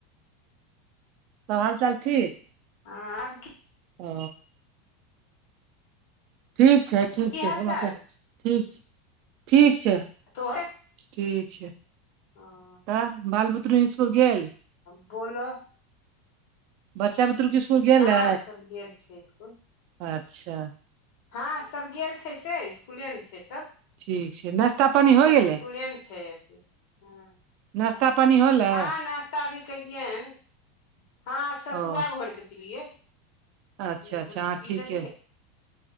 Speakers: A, on the right; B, on the left.
A: सब हाल चाल ठीक
B: हँ आब कियै
A: ओ ठीक छै ठीक
B: की
A: छै
B: हाल
A: समाचार
B: चाल
A: ठीक छै ठीक छै
B: तोहर
A: ठीक छै
B: हँ
A: तऽ बाल बुतरू इस्कुल गेल
B: बोलऽ
A: बच्चा भुतरूक स्कुल गेलै
B: हँं सब गेल छै इसकुल
A: अच्छा
B: हँ सब गेल छै से इसकुलेमे छै सभ
A: ठीक छै नाश्ता पानी होइ
B: सब
A: गेलै
B: इसकुलेमे छै अभी हँ
A: नाश्ता
B: ह
A: पानी होलै
B: हँ नास्ता अभी कयलियै हन हँ सतुआ
A: ओ
B: घोइर के पिलियै सतुए
A: अच्छा
B: घोर
A: अच्छा
B: के
A: हँ
B: पी
A: ठीके
B: लेलियै